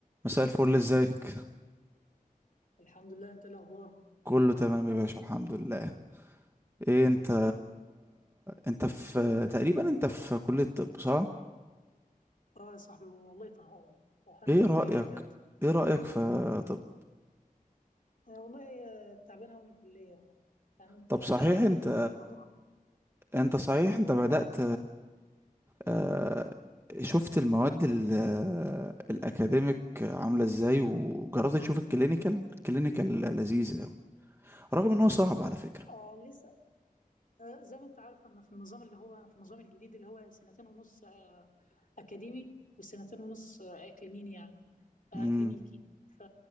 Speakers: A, on the right; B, on the left.
A: مساء الفل ازيك
B: الحمد لله انت إيه الاخبار
A: كله تمام يا باشا الحمد لله ايه انت انت في تقريبا انت في كلية طب صح
B: اه يا صاحبي والله طهقان طهقان
A: ايه
B: من الكليه
A: رأيك
B: بجد
A: ايه رأيك في طب
B: آه والله آه، تعبان قوي من الكليه يعني انت
A: طب
B: آه،
A: صحيح انت
B: الضغط
A: انت صحيح انت
B: آه,
A: بدأت آه، شفت المواد ال- الاكاديميك عاملة ازاي وجربت تشوف الكلينيكال الكلينيكال لذيذ قوي رغم ان هو صعب على فكرة
B: اه لسه آه زي ما انت عارف انا في النظام اللي هو في النظام الجديد اللي هو سنتين ونص آه اكاديمي وسنتين ونص آه اكلينيني يعني آه
A: امم
B: كلينيكي ف...